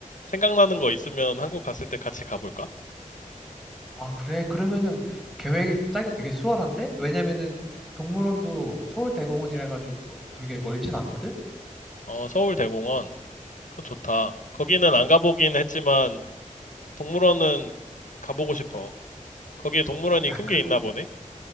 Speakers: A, on the left; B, in the centre.
A: 생각나는 거 있으면 한국 갔을 때 같이 가볼까?
B: 아, 그래? 그러면은 계획이 짜기가 되게 수월한데? 왜냐면은 동물원도 서울대공원이라 해가지고 되게 멀진 않거든?
A: 어, 서울대공원. 그거 좋다. 거기는 안 가보긴 했지만 동물원은 가보고 싶어. 거기에 동물원이
B: 야,
A: 큰
B: 그,
A: 게 있나 보네?